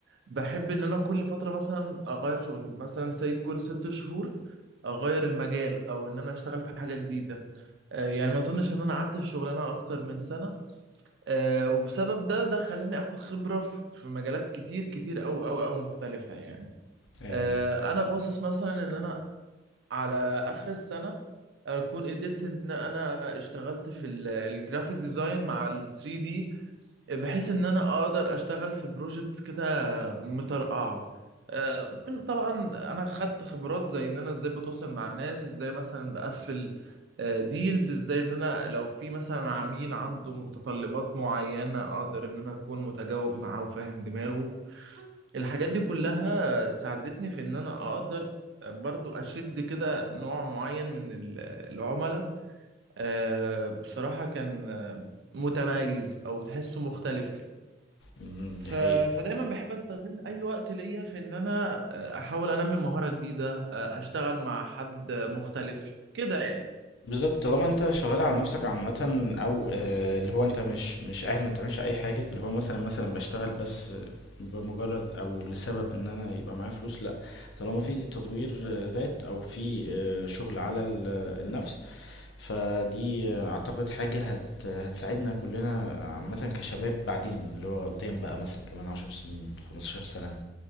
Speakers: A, on the right; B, on the left.
A: بحب إن أنا كل فترة مثلا أغير شغل مثلا زي كل ست شهور أغير المجال أو إن أنا أشتغل في حاجة جديدة آه يعني ما أظنش إن أنا قعدت في شغلانة أكتر من سنة آه، وبسبب ده ده خلاني اخد خبرة في في مجالات كتير كتير او او او مختلفة يعني
B: ايوه
A: آه، انا باصص مثلا ان انا على اخر السنه اكون قدرت ان انا اشتغلت في الجرافيك ديزاين مع ال 3 دي بحيث ان انا اقدر اشتغل في بروجكتس كده مترقعه آه، من طبعا انا خدت خبرات زي ان انا ازاي بتواصل مع الناس ازاي مثلا بقفل ديلز ازاي ان انا لو في مثلا عميل عنده متطلبات معينه اقدر ان انا اكون متجاوب معاه وفاهم دماغه الحاجات دي كلها ساعدتني في ان انا اقدر برضو اشد كده نوع معين من ال- العملاء آه، بصراحة كان آه، متميز او تحسه مختلف كده
B: أمم،
A: ف...
B: دي حقيقة
A: فدايما بحب استغل اي وقت ليا في ان انا آه، احاول انمي مهارة جديدة آه، اشتغل مع حد مختلف كده يعني
B: بالظبط طالما انت شغال على نفسك عامة او آه، اللي هو انت مش مش قاعد ما بتعملش اي حاجة اللي هو مثلا مثلا بشتغل بس بمجرد او لسبب ان انا يبقى معايا فلوس لا طالما في تطوير آه، ذات او في آه، شغل على ال- النفس فدي اعتقد حاجة هت هتساعدنا كلنا عامة كشباب بعدين اللي هو قدام بقى مثلا كمان عشر سنين خمستاشر سنة